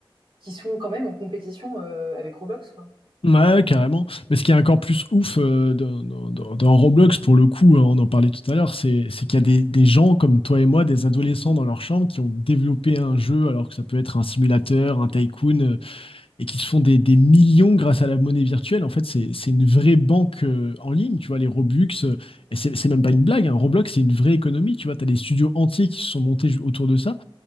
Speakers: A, on the right; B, on the left.
A: qui sont quand même en compétition euh, avec Roblox, quoi.
B: Ouais, carrément. Mais ce qui est encore plus ouf euh, dans, dans- dans- dans Roblox, pour le coup, euh, on en parlait tout à l'heure, c'est c'est qu'il y a des, des gens comme toi et moi, des adolescents dans leur chambre, qui ont développé un jeu, alors que ça peut être un simulateur, un tycoon, euh, et qui se font des, des millions grâce à la monnaie virtuelle. En fait, c'est c'est une vraie banque euh, en ligne, tu vois, les Robux. euh, et c'est c'est même pas une blague, hein. Roblox, c'est une vraie économie, tu vois. t'as des studios entiers qui se sont montés ju- autour de ça